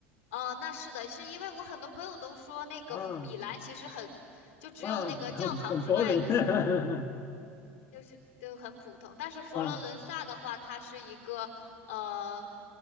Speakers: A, on the left; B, on the left.
A: 呃，那是的，是因为我很多朋友都说那个米兰其实很，
B: 啊
A: 就只有那个教堂之外。
B: 啊，<laughs> 很 boring，<laughs>
A: 就是都很普通，但是佛罗伦萨的话，
B: 啊
A: 它是一个呃，